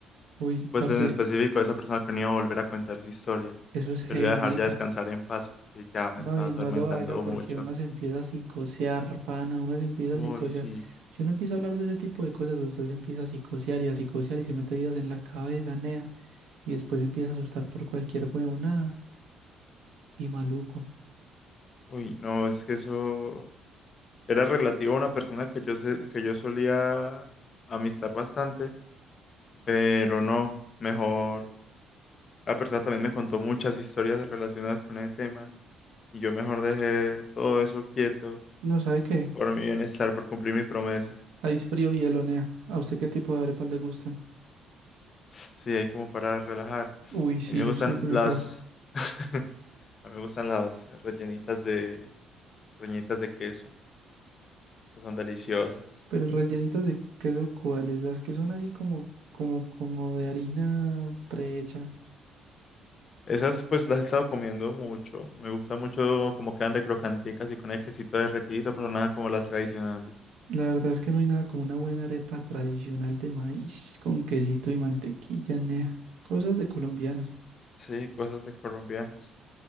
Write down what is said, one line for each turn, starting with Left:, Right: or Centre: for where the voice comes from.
Right: Uy,
Left: Pues
Right: parce,
Left: en específico, esa persona que no iba a volver a contar su historia.
Right: eso es heavy,
Left: Que lo iba a dejar
Right: marica.
Left: ya descansar en paz porque ya me
Right: No,
Left: estaba
Right: y
Left: atormentando
Right: no lo haga porque
Left: mucho.
Right: uno se empieza a psicosear, pana, uno se empieza
Left: Uy,
Right: a psicosear.
Left: sí.
Right: Si uno empieza a hablar de ese tipo de cosas, usted se empieza a psicosear y a psicosear y se mete días en la cabeza, nea, y después se empieza a asustar por cualquier huevonada y maluco.
Left: Uy, no, es que eso. Era relativo a una persona que yo, sé- que yo solía amistar bastante, pero no, mejor. La persona también me contó muchas historias relacionadas con ese tema y yo mejor dejé todo eso quieto
Right: No, ¿sabe qué?
Left: por mi bienestar, por cumplir mi promesa.
Right: Ice frío y elonea. ¿A usted qué tipo de arepas le gustan?
Left: Sí, ahí como para relajar.
Right: Uy, sí,
Left: A mí me
Right: yo
Left: gustan
Right: estoy que
Left: las...
Right: me cago.
Left: <laughs> A mí me gustan las rellenitas de... rellenitas de queso. Son deliciosas.
Right: Pero rellenitas de queso, ¿cuáles? Las que son así como, como, como de harina prehecha.
Left: Esas pues las he estado comiendo mucho. Me gusta mucho como quedan de crocanticas y con el quesito derretido, pero nada como las tradicionales.
Right: La verdad es que no hay nada como una buena arepa tradicional de maíz con quesito y mantequilla, nea. Cosas de colombianos.
Left: Sí, cosas de colombianos.